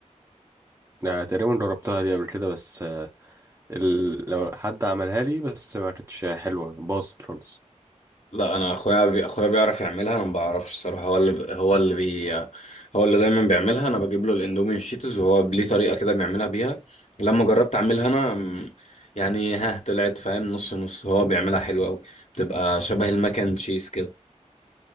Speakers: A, on the right (about 20°); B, on the left (about 65°).
A: يعني تقريبا جربتها دي قبل كده بس آه، ال... لو حد عملها لي بس ما كانتش حلوة باظت خالص
B: لا انا اخويا بي... اخويا بيعرف يعملها انا ما بعرفش الصراحه هو اللي ب... هو اللي بي... هو اللي دايما بيعملها انا بجيب له الاندومي والشيتوز وهو ليه طريقه كده بيعملها بيها لما جربت اعملها انا م، يعني ها طلعت فاهم نص نص هو بيعملها حلوه قوي بتبقى شبه المكن تشيز كده